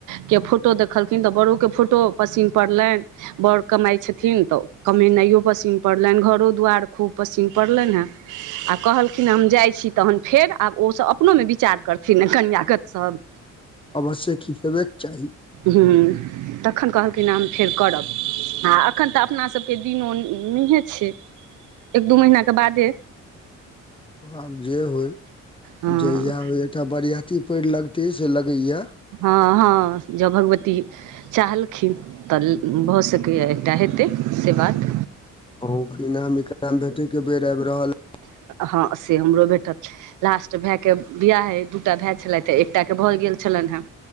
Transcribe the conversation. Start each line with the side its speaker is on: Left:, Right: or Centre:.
Right: के फोटो देखलखिन तऽ बड़ो के फोटो पसन पड़लनि बड़ कमाई तऽ छथिन तऽ कमेनाई यओ पसन पड़लनि घरो दुआरि खूब पसीन पड़लनि हे आ कहलखिन हम जाई छी तहन फेर आब ओसभ अपनो मे उपचार करथिन कनियागत सभ।
Left: अवश्य खी हेबे के चाही
Right: हू तखन कहलखिन हम फेर करब आ एखन तऽ अपनासभके दिनो नहि छै एक दू महीनाके बादे
Left: आब जे होय
Right: हँ
Left: जहिया एकटा बरियाती पेड़ लगते से लगेया।
Right: ह ह जौ भगवती चाहल खिन तऽ भऽ सकैए एकटा हेते से बात
Left: अहू इना मिथिला मे भेटे के बेर आबि रहल
Right: ह से हमरो भेटल छै लास्ट भायके ब्याह हइ दू टा भाय छलथि एकटाके भऽ गेल छलनि हे